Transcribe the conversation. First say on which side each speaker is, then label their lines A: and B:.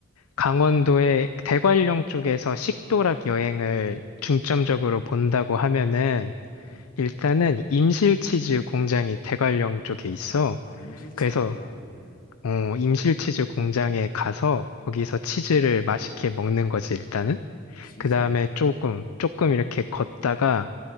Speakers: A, on the left; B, on the left.
A: 강원도의 대관령 쪽에서 식도락 여행을 중점적으로 본다고 하면은,
B: 음.
A: 일단은 임실치즈 공장이 대관령 쪽에
B: 아,
A: 있어.
B: 아 임실치즈가
A: 그래서
B: 음
A: 어, 임실치즈 공장에 가서 거기서 치즈를 맛있게 먹는 거지, 일단은.
B: 치즈
A: 그 다음에 조금, 조금 이렇게 걷다가,